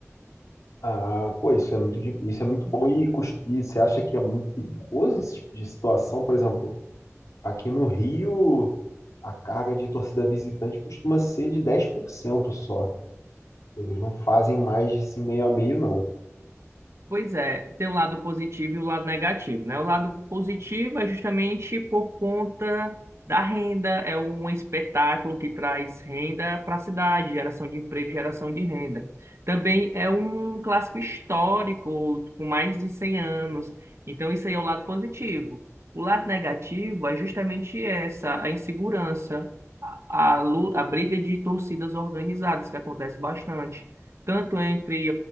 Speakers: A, on the left; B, on the right.
A: Ah, pô, isso é muito, di- isso é muito bom. E, cus- e você acha que é muito perigoso esse tipo de situação? Por exemplo, aqui no Rio, a carga de torcida visitante costuma ser de 10% só. Eles não fazem mais de assim, meio a meio, não.
B: Pois é, tem o lado positivo e o lado negativo, né? O lado positivo é justamente por conta da renda, é um espetáculo que traz renda para a cidade, geração de emprego, geração de renda. Também é um clássico histórico com mais de 100 anos, então isso aí é o lado positivo. O lado negativo é justamente essa, a insegurança, a, a lu- a briga de torcidas organizadas que acontece bastante tanto entre